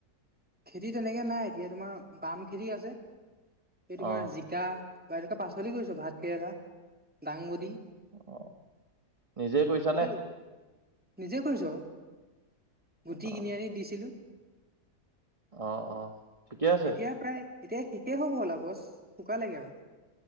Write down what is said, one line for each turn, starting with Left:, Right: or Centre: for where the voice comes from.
Centre: খেতি তেনেকে নাই এতিয়া তোমাৰ বাম খেতি আছে সেই তোমাৰ
Right: অ
Centre: যি জিকা বা এনেকা পাচলি কৰিছো ভাত কেৰেলা, দাংবদী।
Right: অ নিজেই কৰিছা
Centre: এতিয়া
Right: নে?
Centre: নিজে কৰিছ? গুটি
Right: অ
Centre: কিনি আনি দিছিলো।
Right: অ অ। ঠিকে আছে
Centre: এতিয়া প্ৰায় এতিয়া শেষেই হ'ব হ'ল আৰু গছ শুকালেগে আৰু।